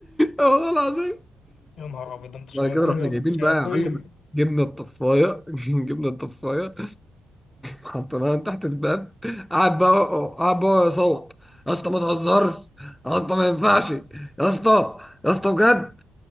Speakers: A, in the centre; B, on the left.
A: والله العظيم
B: يا نهار ابيض ده انت شياطين
A: بعد كده رحنا
B: يا اسطى
A: جايبين
B: شياطين
A: بقى يا معلم جبنا الطفايه <laughs> جبنا الطفايه حطيناه تحت الباب قعد بقى قعد بقى يصوت يا اسطى ما تهزرش يا اسطى ما ينفعش يا اسطى يا اسطى بجد